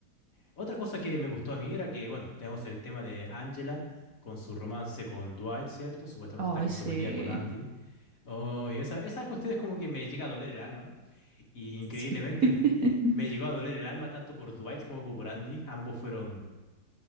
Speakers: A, on the left; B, on the right.
A: Otra cosa que me gustó a mí era que, bueno, tenemos el tema de Angela con su romance con Dwight, ¿cierto? Supuestamente
B: Ay,
A: está comprometida
B: sí.
A: con Andy. Oh, y esa, esa cuestión es como que me llega a doler el alma. Y increíblemente
B: Sí. <laughs>
A: me, <laughs> me llegó a doler el alma tanto por Dwight como por Andy. Ambos fueron...